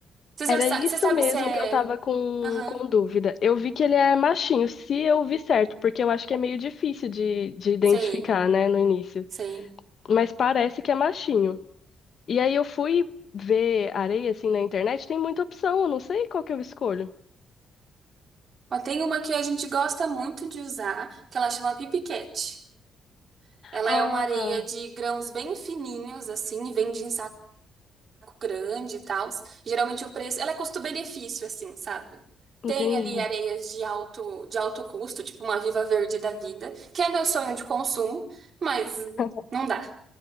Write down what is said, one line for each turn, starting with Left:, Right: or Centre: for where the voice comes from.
Right: Você já
Left: era
Right: sabe,
Left: isso
Right: você sabe
Left: mesmo
Right: se é.
Left: que eu tava com,
Right: Aham,
Left: com dúvida. Eu vi que ele é machinho, se eu vi certo, porque eu acho que é meio difícil de, de identificar,
Right: sei,
Left: né, no início.
Right: sei.
Left: Mas parece que é machinho. E aí eu fui ver areia, assim, na internet, tem muita opção, eu não sei qual que eu escolho.
Right: Ó, tem uma que a gente gosta muito de usar, que ela chama Pipiquete. Ela
Left: Ah,
Right: é uma areia de grãos bem fininhos, assim, vende em grande e tal. Geralmente o preço, ela é custo-benefício, assim, sabe?
Left: entendi.
Right: Tem ali areias de alto, de alto custo, tipo uma Viva Verde da vida, que é meu sonho de consumo, mas
Left: <laughs>
Right: não dá,